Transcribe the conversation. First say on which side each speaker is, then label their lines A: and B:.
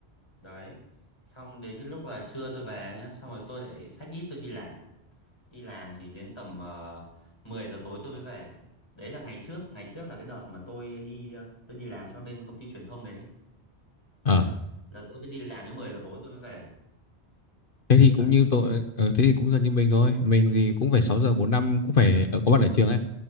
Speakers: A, on the left; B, on the left.
A: đấy xong đến cái lúc là trưa tôi về nhá xong rồi tôi lại xách ít tôi đi làm đi làm thì đến tầm ờ, 10 giờ tối tôi mới về đấy là ngày trước ngày trước là cái đợt mà tôi đi ờ, tôi đi làm cho bên công ty truyền thông đấy đấy
B: Ờ.
A: là tôi cứ đi làm đến 10 giờ tối tôi mới về
B: thế thì
A: đấy
B: cũng như tôi ờ, thế thì cũng gần như mình thôi mình thì cũng phải sáu giờ bốn năm cũng phải ờ, có mặt ở trường ấy